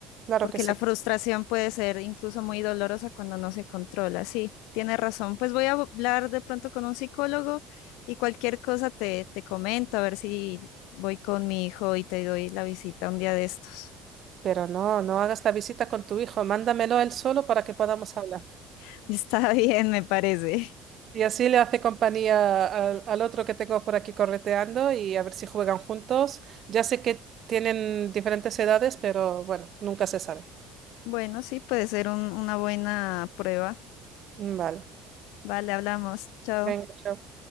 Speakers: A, on the right; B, on the left.
A: Claro
B: porque
A: que sí.
B: la frustración puede ser incluso muy dolorosa cuando no se controla. Sí, tienes razón. Pues voy a hablar de pronto con un psicólogo y cualquier cosa te, te comento, a ver si voy con mi hijo y te doy la visita un día de estos.
A: Pero no, no hagas la visita con tu hijo, mándamelo él solo para que podamos hablar.
B: <laughs> Está bien, me parece.
A: Y así le hace compañía al, al otro que tengo por aquí correteando y a ver si juegan juntos. Ya sé que tienen diferentes edades, pero bueno, nunca se sabe.
B: Bueno, sí, puede ser un- una buena prueba.
A: Vale.
B: Vale, hablamos. Chao.
A: Venga, chao.